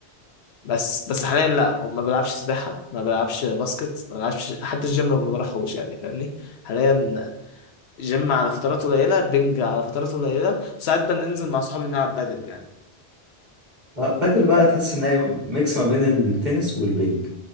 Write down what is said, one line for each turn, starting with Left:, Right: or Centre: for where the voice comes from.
Left: بس بس حاليا لا وما بلعبش سباحة ما بلعبش باسكت ما بلعبش حتى الجيم ما بروحوش يعني فاهمني حاليا جيم على فترات قليلة بنج على فترات قليلة وساعات بننزل مع صحابي نلعب بدل يعني
Right: اه بادل بقى تحس ان هي ميكس ما بين التنس والبنج